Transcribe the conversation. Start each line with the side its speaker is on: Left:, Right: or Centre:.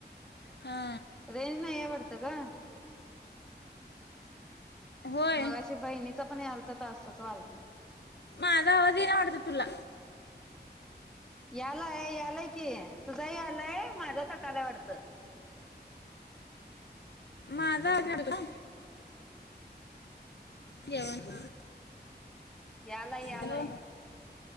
Left: हा
Centre: रेंज नाहीय वाडत. त ग
Left: होय
Centre: मगाशी बहिणीच पण याल. त असंच वालतं
Left: माझा आवाज येईना वाटतं तुला
Centre: यालाय यालाय कि तुझा यालाय माझ्या तटाला वाटत.
Left: माझा अमी अडकला. जेवण
Centre: यालाय यालाय
Left: हॅलो